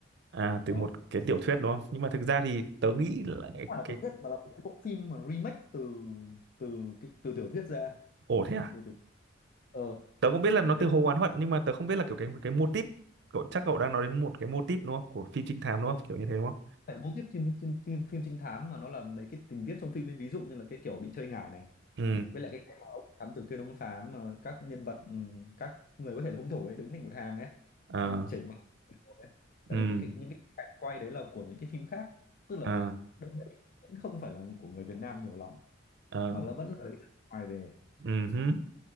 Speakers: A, on the right (about 60°); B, on the left (about 45°).
A: À, từ
B: đó
A: một
B: không
A: cái tiểu thuyết đúng không? Nhưng mà thực ra thì tớ nghĩ là cái,
B: phải là
A: cái...
B: tiểu thuyết mà là một cái bộ phim mà remake từ từ cái từ tiểu thuyết ra
A: Ồ thế à?
B: từ tiểu ờ
A: Tớ không biết là nó
B: nên
A: từ Hồ
B: là
A: Oán Hận nhưng mà tớ không biết là kiểu cái cái mô típ cậu chắc cậu đang nói đến một cái mô típ đúng không? Của phim trinh thám đúng
B: ờ,
A: không? Kiểu như thế đúng không?
B: phải là mô típ phim, phim, phim phim trinh thám mà nó là mấy cái tình tiết trong phim ấy ví dụ như là cái kiểu bị chơi ngải này
A: Ừ.
B: với lại cái cách mà ông thám tử kia ông phán mà các nhân vật ừ, các người có thể là hung thủ ấy đứng thành một hàng ấy
A: Ờ
B: xong chảy mặt một ấy. đấy
A: ừ
B: là những cái những cái cảnh quay đấy là của những cái phim khác tức là
A: ờ
B: đâu đấy vẫn không phải là của người Việt Nam nhiều lắm
A: ờ
B: mà là vẫn là lấy từ nước ngoài về
A: ừ hứ.